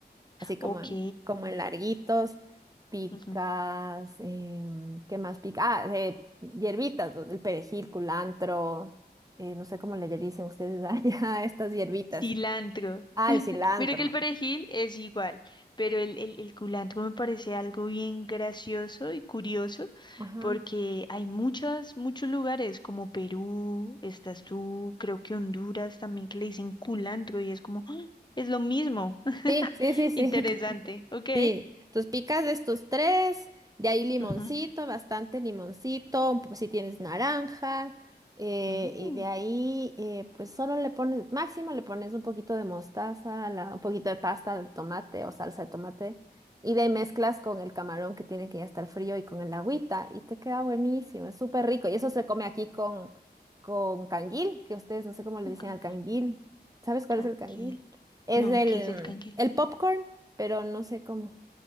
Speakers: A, on the right; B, on the left.
A: así como
B: Ok.
A: en, como en larguitos, picas,
B: Ujú.
A: em, ¿qué más pica? Ah, eh, hierbitas, pues, el perejil, culantro, eh, no sé cómo le dicen ustedes allá <laughs> a estas hierbitas.
B: Cilantro.
A: Ah,
B: <laughs>
A: el cilantro.
B: Mira que el perejil es igual, pero el, el, el culantro me parece algo bien gracioso y curioso
A: Ajá.
B: porque hay muchos, muchos lugares como Perú, estás tú, creo que Honduras también que le dicen culantro y es como, ¡Ah! es lo mismo. <laughs>
A: Sí, sí, sí, sí.
B: Interesante, ¿ok?
A: Sí, entonces picas de estos tres, de ahí limoncito,
B: Ujú.
A: bastante limoncito, un po- si tienes naranja, eh,
B: Mm,
A: y de ahí eh, pues solo le pones, máximo le pones un poquito de mostaza, la- un poquito de pasta de tomate o salsa de tomate, y de ahí mezclas con el camarón que tiene que ya estar frío y con el agüita, y te queda buenísimo, es súper rico, y eso se come aquí con, con canguil, que ustedes no sé cómo le
B: un
A: dicen
B: canguil.
A: al canguil, ¿sabes cuál
B: Canquil.
A: es el canguil? Es
B: No,
A: el,
B: ¿qué es el canquil?
A: el popcorn pero no sé cómo.